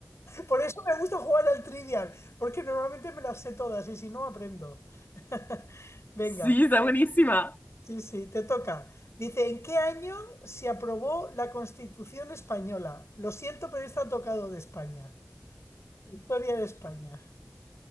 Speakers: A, on the left; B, on the left.
A: Por eso me gusta jugar al Trivial, porque normalmente me las sé todas y si no aprendo. <laughs> Venga,
B: Sí, está buenísima.
A: sí, sí, te toca. Dice, ¿en qué año se aprobó la Constitución española? Lo siento, pero está tocado de España. Historia de España.